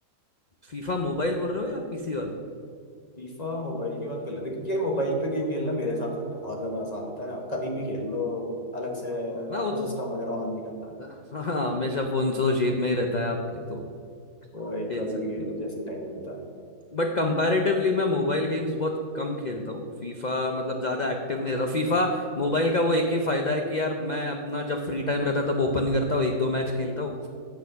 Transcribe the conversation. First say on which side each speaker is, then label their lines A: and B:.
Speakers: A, on the left (about 85°); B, on the left (about 30°).
A: फीफा मोबाइल बोल रहे हो या पीसी वाला
B: फीफा मोबाइल की बात कर लेते हैं क्योंकि यार मोबाइल पे गेम खेलना मेरे हिसाब से बहुत ज्यादा आसान होता है आप कभी भी खेल लो अलग से
A: ना
B: आपको
A: वो तो
B: सिस्टम वगैरह ऑन नहीं करना है
A: हाँ हमेशा फोन तो जेब में ही रहता है आपके तो
B: तो भाई
A: खेल
B: कभी
A: सकते
B: भी खेल
A: हो
B: लो जैसे टाइम मिलता है
A: बट कंपैरेटिवली मैं मोबाइल गेम्स बहुत कम खेलता हूँ फीफा मतलब ज्यादा एक्टिव नहीं रहता फीफा मोबाइल का वो एक ही फायदा है कि यार मैं अपना जब फ्री टाइम रहता है, तब ओपन करता हूँ एक दो मैच खेलता हूँ